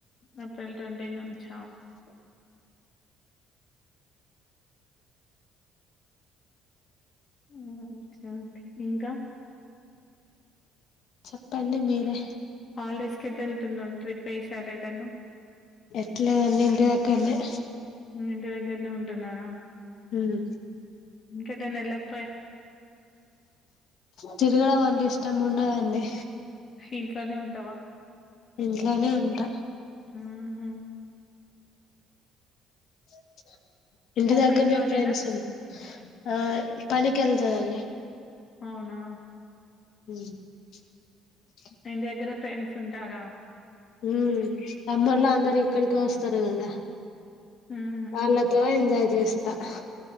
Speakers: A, on the left; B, on the left.
A: ఏప్రిల్ ట్వంటీ నుంచ హ ఆ చెప్ ఇంకా
B: చెప్పండి మీరే
A: హాలిడేస్ కి ఎటు వెళ్తున్నావు ట్రిప్ ఏసారఎటైన
B: ఎట్లా అన్నీ ఇంటి దగ్గరనే
A: మీ ఇంటి దగ్గర నే ఉంటున్నారా
B: హు ఉ
A: ఇంకేటన్న వెళ్ళక
B: తిరుగడం అండి ఇష్టం ఉండదండి
A: ఇంట్లోనే ఉంటావా
B: ఇంట్లోనే ఉంటా
A: మ్మ్ హ్మ్
B: అ ఇంటి
A: మమ్మీ
B: దగ్గరనే
A: ఇంట్లోనేనా?
B: ఫ్రెండ్స్ ఆ పనికి వెళ్తుందండి
A: అవునా
B: అ
A: ఇంటి దగ్గర ఫ్రెండ్స్ ఉంటారా
B: మ్మ్ సమ్మర్ లో
A: హ్మ్.
B: అందరు ఇక్కడికి వస్తారు రుకథ
A: హుహు.
B: చాల త ఎంజాయ చేస్త ద